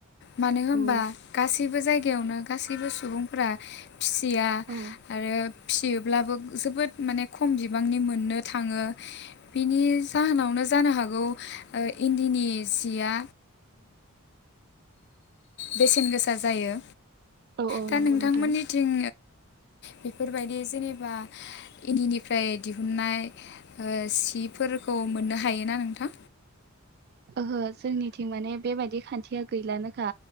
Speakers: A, on the left (about 50°); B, on the right (about 45°).
A: मानो होनबा
B: औ
A: गासैबो जायगायावनो गासैबो सुबुंफोरा फिसिया
B: औ
A: आरो फिसियोब्लाबो जोबोद माने खम बिबांनि मोननो थाङो। बिनि जाहोनावनो जानो हागौ इन्दिनि सिया बेसेन गोसा जायो
B: औ औ
A: दा
B: नंगौ
A: नोंथांमोननिथिं
B: नोंथां
A: बेफोरबायदि जेनेबा इन्दिनिफ्राय दिहुननाय सिफोरखौ मोननो हायोना नोंथां।
B: ओहो जोंनिथिं माने बेबायदि खान्थिया गैलानोखा